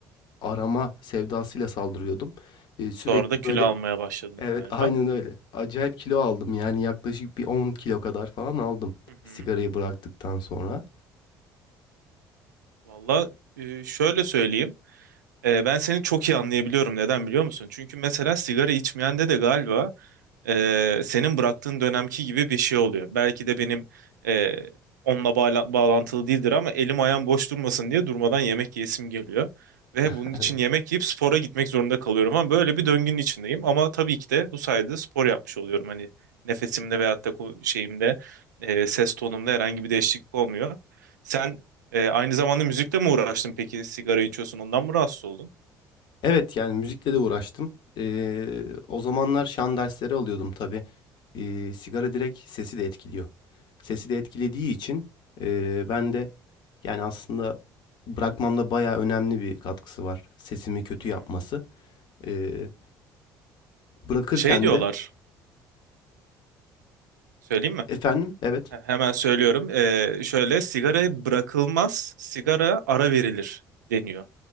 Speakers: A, on the left (about 50°); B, on the right (about 75°).
A: arama sevdasıyla saldırıyordum. E, sürekli
B: Sonra da kilo
A: böyle
B: almaya başladın
A: evet
B: galiba.
A: aynen öyle. Acayip kilo aldım yani yaklaşık bir 10 kilo kadar falan aldım
B: Hı hı.
A: sigarayı bıraktıktan sonra.
B: Valla e, şöyle söyleyeyim. E, ben seni çok iyi anlayabiliyorum. Neden biliyor musun? Çünkü mesela sigara içmeyende de galiba e, senin bıraktığın dönemki gibi bir şey oluyor. Belki de benim e, onunla bağla- bağlantılı değildir ama elim ayağım boş durmasın diye durmadan yemek yesim geliyor. Ve
A: <laughs>
B: bunun için yemek yiyip spora gitmek zorunda kalıyorum ama böyle bir döngünün içindeyim. Ama tabii ki de bu sayede spor yapmış oluyorum. Hani nefesimde veyahut da ko- şeyimde e, ses tonumda herhangi bir değişiklik olmuyor. Sen e, aynı zamanda müzikle mi uğraştın peki? Sigara içiyorsun ondan mı rahatsız oldun?
A: Evet yani müzikle de uğraştım. Eee, o zamanlar şan dersleri alıyordum tabii. Eee, sigara direkt sesi de etkiliyor. Sesi de etkilediği için eee, ben de yani aslında bırakmamda bayağı önemli bir katkısı var. Sesimi kötü
B: Hmm.
A: yapması. Eee, bırakırken
B: Şey diyorlar,
A: de
B: söyleyeyim mi?
A: efendim evet
B: He- Hemen söylüyorum. Ee, şöyle sigaraya bırakılmaz, sigara ara verilir deniyor.